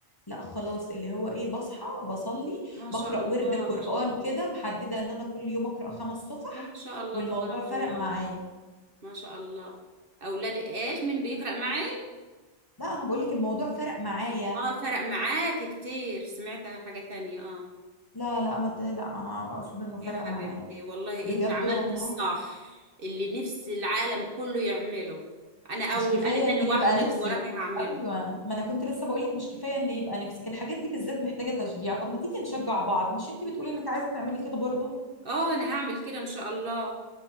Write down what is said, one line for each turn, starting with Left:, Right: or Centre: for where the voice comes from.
Left: لا خلاص اللي هو ايه بصحى بصلي
Right: ما شاء
Left: بقرا
Right: الله
Left: ورد قران
Right: ما شاء الله
Left: كده محدده ان انا كل يوم اقرا خمس صفح
Right: ما شاء الله
Left: والموضوع
Right: تبارك
Left: فرق
Right: الله
Left: معايا
Right: ما شاء الله اولاد ايش من بيقرأ معي
Left: لا انا بقول لك الموضوع فرق معايا
Right: اه فرق معاك كتير سمعتها حاجة تانية اه
Left: لا لا ما ت- لا انا اقصد انه فرق
Right: يا حبيبتي
Left: معايا
Right: والله
Left: بجد
Right: انت عملت
Left: والله
Right: الصح اللي نفس العالم كله يعمله انا اول
Left: مش كفاية
Right: انا تاني
Left: ان
Right: واحدة
Left: يبقى نفسك
Right: من وراكي هعمله
Left: ايوه ما انا كنت لسه بقول لك مش كفاية ان يبقى نفسك الحاجات دي بالذات محتاجة تشجيع طب ما تيجي نشجع بعض مش انتي بتقولي انك عايزة تعملي كده برضو
Right: اه انا هعمل كده ان شاء الله